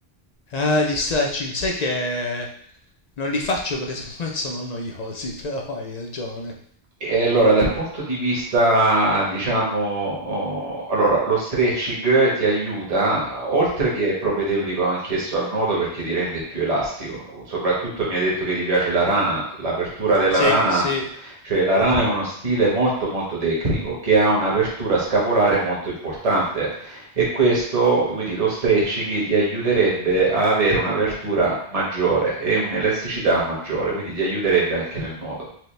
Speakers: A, on the left; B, on the right.
A: Ah, gli stretching, sai che non li faccio perché secondo me sono noiosi, <laughs> però hai ragione.
B: E allora, dal punto di vista, diciamo, oh, allora, lo stretching ti aiuta, oltre che è propedeutico anch'esso al nuoto perché ti rende più elastico. Soprattutto mi hai detto che ti piace la rana, l'apertura della
A: Sì,
B: rana,
A: sì.
B: cioè la rana è uno stile molto molto tecnico che ha un'apertura scapolare molto importante e questo, quindi lo stretching ti aiuterebbe a avere un'apertura maggiore e un'elasticità maggiore, quindi ti aiuterebbe anche nel nuoto.